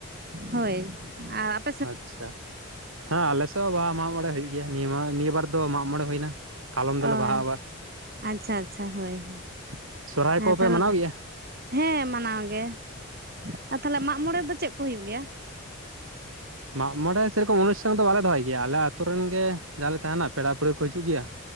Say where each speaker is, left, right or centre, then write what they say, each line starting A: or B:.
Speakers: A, on the right; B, on the right.
A: ᱦᱳᱭ ᱟᱨ ᱟᱯ
B: ᱟᱪᱪᱷᱟ ᱦᱮᱸ ᱟᱞᱮ ᱥᱮᱫ ᱦᱚᱸ ᱵᱟᱦᱟ ᱢᱟᱜ ᱢᱚᱬᱮ ᱦᱩᱭᱩᱜ ᱜᱮᱭᱟ᱾ ᱱᱤᱭᱟᱹ ᱱᱤᱭᱟᱹ ᱵᱟᱨ ᱫᱚ ᱢᱟᱜ ᱢᱚᱬᱮ ᱦᱩᱭᱱᱟ᱾ ᱠᱟᱞᱚᱢ ᱫᱚᱞᱮ
A: ᱚᱣᱟ
B: ᱵᱟᱦᱟᱜᱼᱟ ᱟᱵᱟᱨ
A: ᱟᱪᱪᱷᱟ ᱟᱪᱪᱷᱟ ᱦᱳᱭ ᱦᱳᱭ
B: ᱥᱚᱨᱦᱟᱭ
A: ᱦᱮᱸ
B: ᱠᱚᱯᱮ
A: ᱛᱟᱦ
B: ᱢᱟᱱᱟᱣ ᱜᱮᱭᱟ
A: ᱦᱮᱸ ᱢᱟᱱᱟᱣ ᱜᱮ ᱟᱨ ᱛᱟᱦᱚᱞᱮ ᱢᱟᱜ ᱢᱚᱬᱮ ᱫᱚ ᱪᱮᱫ ᱠᱚ ᱦᱩᱭᱩᱜ ᱜᱮᱭᱟ᱾
B: ᱢᱟᱜ ᱢᱚᱬᱮ ᱥᱮᱨᱚᱠᱚᱢ ᱚᱱᱩᱥᱴᱷᱟᱱ ᱫᱚ ᱵᱟᱞᱮ ᱫᱚᱦᱚᱭ ᱜᱮᱭᱟ᱾ ᱟᱞᱮ ᱟᱹᱛᱳ ᱨᱮᱱ ᱜᱮ ᱡᱟᱞᱮ ᱛᱟᱦᱮᱱᱟ ᱯᱮᱲᱟ ᱯᱟᱹᱲᱦᱟᱹ ᱠᱚ ᱦᱤᱡᱩᱜ ᱜᱮᱭᱟ᱾ <inaudible>